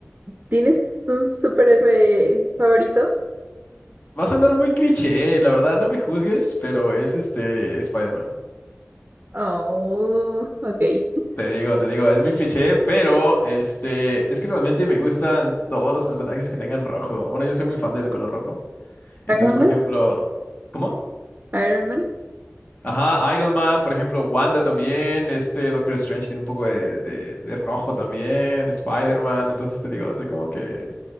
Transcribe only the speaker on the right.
¿tienes un superhéroe favorito?
Oh, ok.
Iron
Man.
Iron Man.